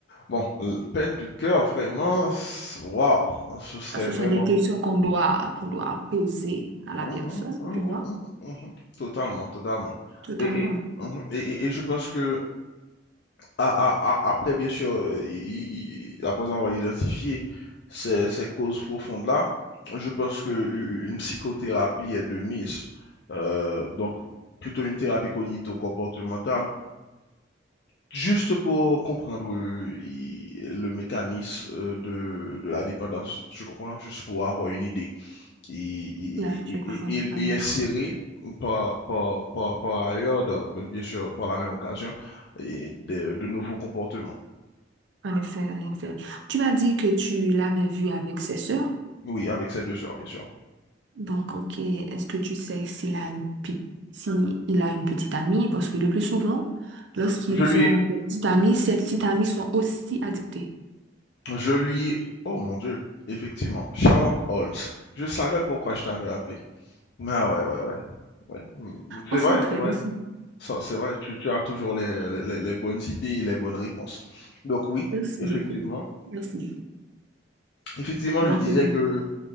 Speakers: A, on the left; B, on the right.
A: Bon, euh, peine de cœur, vraiment, c- waouh, ce serait
B: Ah, Ce
A: vraiment.
B: sont des questions qu'on doit, qu'on doit poser à la
A: Mhm,
B: personne,
A: mhm,
B: tu vois,
A: mhm, mhm. Totalement, totalement.
B: totalement.
A: Et, et, mhm, et, et- et je pense que A- a- a- Après, bien sûr, euh, i- i- i- après avoir identifié ces, ces causes profondes-là, je pense qu'une psychothérapie est de mise. Euh, donc, plutôt une thérapie cognito-comportementale, juste pour comprendre euh, i- le mécanisme euh, de, de la dépendance, je comprends, juste pour avoir une idée et, et-
B: Là, je
A: et-
B: comprends
A: et-
B: totalement.
A: et et insérer par, par, par, par ailleurs, dans- bien sûr, par la même occasion, et de de nouveaux comportements.
B: En effet, en effet. Tu m'as dit que tu l'avais vu avec ses sœurs.
A: Oui, avec ses deux sœurs, bien sûr.
B: Donc, ok, est-ce que tu sais s'il a une, pe- si il a une petite amie? Parce que le plus souvent, lorsqu'ils
A: Je lui,
B: ont une petite amie, ces petites amies sont aussi addictées.
A: je lui, oh mon Dieu, effectivement, Sherlock Holmes. Je savais pourquoi je t'avais appelé. Ah ouais, ouais, ouais, ouais. Mm, C'est
B: On s'entraide,
A: vrai, c'est vrai.
B: on s'entraide.
A: Ça, C'est vrai, tu, tu as toujours les, les, les- les bonnes idées et les bonnes réponses. Donc oui,
B: Merci
A: effectivement.
B: beaucoup. Merci beaucoup.
A: Effectivement,
B: Donc,
A: je disais
B: oui,
A: que